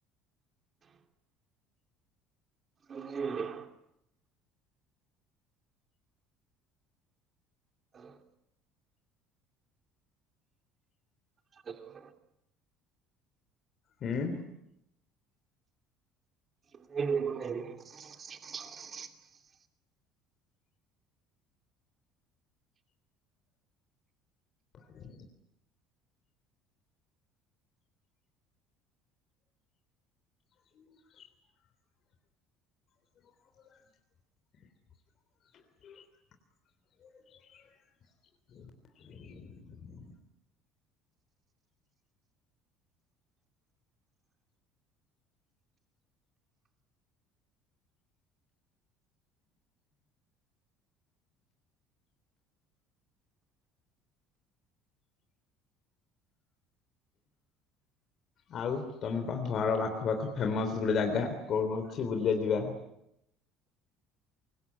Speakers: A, on the right; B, on the left.
A: ଆଲୋ ହଁ ହ୍ୟାଲୋ
B: ହୁଁ
A: ହ
B: ପାଣି ହୁଁ ହୁଁ ତମ ଘର ପାଖ ଖ ଫେମସ୍ ଗୋଟେ ଜାଗା କଣ ଅଛି ବୁଲି ବାକୁ ଯିବା।